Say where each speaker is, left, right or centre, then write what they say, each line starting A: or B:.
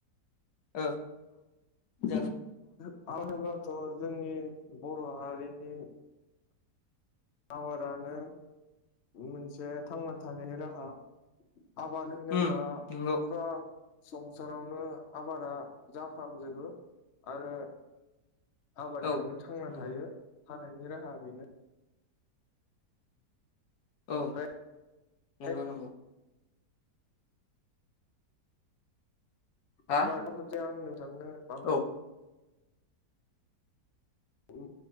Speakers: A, on the left (about 70°); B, on the left (about 50°).
A: औ जागोन।
B: <unintelligible> होनोब्लाथ' जोंनि बर' हारिनि आबादानो मोनसे थांना थानायनि राहा। आबाद होनोब्ला
A: उम नंगौ
B: फुरा संसारावनो आबादा जाफ्रामजोबो आरो आबादजोंनो
A: औ
B: थांना
A: नंगौ
B: थायो। हानायनि राहा बेनो।
A: औ
B: ओमफ्राय
A: नंगौ नंगौ हा
B: आबाद <unintelligible> आं नोंथांनो बां
A: औ
B: बांसिन